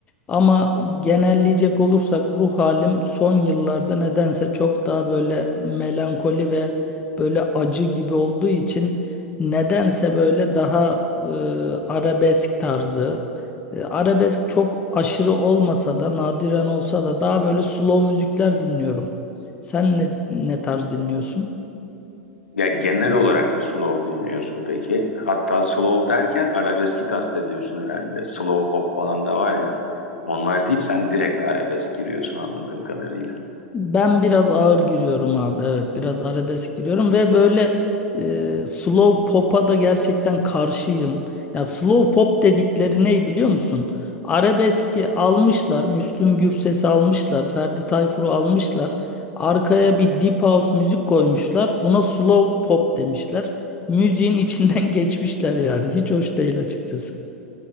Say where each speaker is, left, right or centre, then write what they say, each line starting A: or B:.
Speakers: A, on the left; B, on the left.
A: Ama genelleyecek olursak ruh halim son yıllarda nedense çok daha böyle melankoli ve böyle acı gibi olduğu için nedense böyle daha e, arabesk tarzı. E, arabesk çok aşırı olmasa da nadiren olsa da daha böyle slow müzikler dinliyorum. Sen ne, ne tarz dinliyorsun?
B: Ya genel olarak mı slow dinliyorsun peki? Hatta slow derken arabeski kastediyorsun herhalde. Slow pop falan da var ya. Onlar değil sen direkt arabesk giriyorsun anladığım kadarıyla.
A: Ben biraz ağır giriyorum abi. Evet, biraz arabesk giriyorum ve böyle e, slow pop'a da gerçekten karşıyım. Ya slow pop dedikleri ne biliyor musun? Arabeski almışlar, Müslüm Gürses'i almışlar, Ferdi Tayfur'u almışlar. Arkaya bir deep house müzik koymuşlar. Buna slow pop demişler. Müziğin içinden <laughs> geçmişler yani. Hiç hoş değil açıkçası.